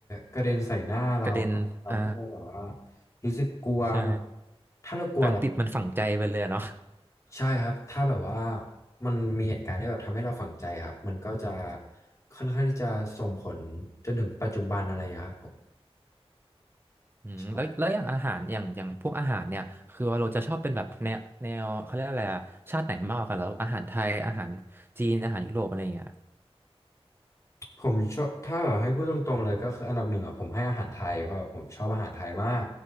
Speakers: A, on the left; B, on the right.
A: กระเด็นใส่หน้าเราอะเราก็แบบว่า
B: กระเด็นอ่า
A: รู้สึกกลัวเหมือน
B: ใช่
A: ถ้าเรากลัวอะไร
B: แบบติดมันฝังใจไปเลยอะเนาะ
A: ใช่ครับถ้าแบบว่ามันมีเหตุการณ์ที่แบบทำให้เราฝังใจครับมันก็จะค่อนข้างที่จะส่งผลจนถึงปัจจุบันอะไรอย่างเงี้ยครับผม
B: อืมแล้วแล้วอย่างอาหารอย่างอย่างพวกอาหารเนี่ยคือวาโาจะชอบเป็นแบบแนวแนวเขาเรียกอะไรอะชาติไหนมากกว่ากันแล้วอาหารไทยอาหารจีนอาหารยุโรปอะไรอย่างเงี้ย
A: ใช่ ผมชอบถ้าแบบให้พูดตรงๆเลยก็คืออันดับหนึ่งอ่ะผมให้อาหารไทยเพราะผมชอบอาหารไทยมาก